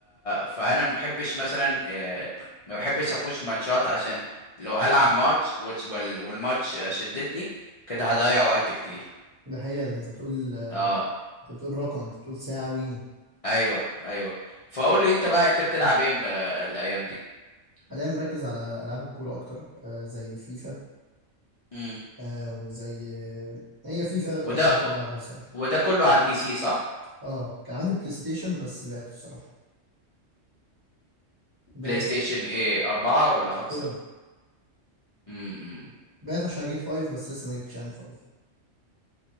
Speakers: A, on the left (about 65°); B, on the right (about 20°).
A: فانا ما بحبش مثلا آه، ما بحبش اخش ماتشات عشان لو هلعب ماتش وت- وال... والماتش آه، شدتني كده هضيع وقت كتير
B: ده حقيقه ده انت بتقول
A: اه
B: انت بتقول رقم انت بتقول ساعوي
A: ايوه ايوه فقول لي انت بقى انت بتلعب ايه ال- الايام دي
B: حاليا مركز على العاب الكوره اكتر آه زي فيفا
A: امم
B: آه وزي آه هي فيفا
A: وده
B: اكتر حاجه بلعبها الصراحه
A: وده كله على البي سي صح
B: اه كان عندي بلاي ستيشن بس بعته الصراحه بعته
A: بلاي ستيشن ايه أربعة ولا خمسة
B: فور
A: امم
B: بعته عشان اجيب فايف بس لسه ما جبتش يعني فايف